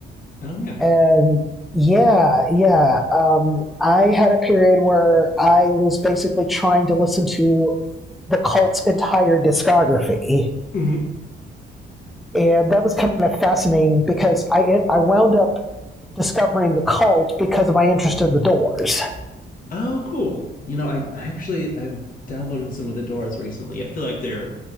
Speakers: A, on the left (about 45°); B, in the centre.
A: Oh yeah.
B: and yeah, yeah. Um, I had a period where I was basically trying to listen to the cult's entire discography,
A: hmm
B: and that was kind of fascinating because I I wound up discovering the cult because of my interest in the Doors.
A: Oh, cool. You know, I, I actually I've downloaded some of the Doors recently. I feel like they're